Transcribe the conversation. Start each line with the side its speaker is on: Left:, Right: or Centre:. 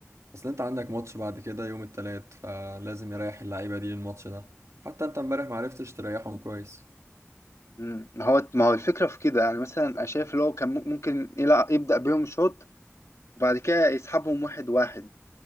Right: اصل انت عندك ماتش بعد كده يوم التلات فلازم يريح اللعيبة دي للماتش ده حتى انت امبارح معرفتش تريحهم كويس
Left: مم. ما هو ما هو الفكره في كده يعني مثلا انا شايف اللي هو كان ممكن يلعب يبدا بيهم شوط وبعد كده يسحبهم واحد واحد